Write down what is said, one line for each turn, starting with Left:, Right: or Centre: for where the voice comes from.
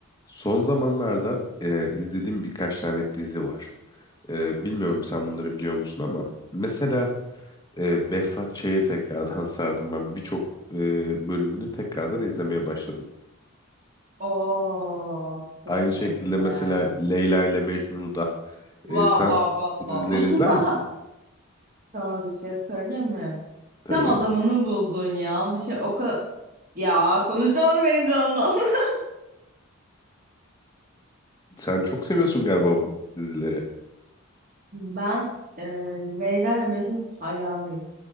Left: Son zamanlarda e, izlediğim birkaç tane dizi var. E, bilmiyorum sen bunları biliyor musun ama mesela e, Behzat Ç'ye tekrardan <laughs> sardım ben. Birçok e, bölümünü tekrardan izlemeye başladım.
Right: Oo, çok
Left: Aynı şekilde
Right: sevdim.
Left: mesela Leyla ile Mecnun'u da E,
Right: Vav
Left: sen
Right: vav vav
Left: bu dizileri
Right: vav. <laughs>
Left: izler misin?
Right: Sana bir şey söyleyeyim mi?
Left: Tabii.
Right: Tam adamını buldun ya. Bir şey o kadar... Ya konuşamadım heyecandan. <laughs>
Left: Sen çok seviyorsun galiba bu dizileri.
Right: Ben e, Leyla ile Mecnun hayranıyım.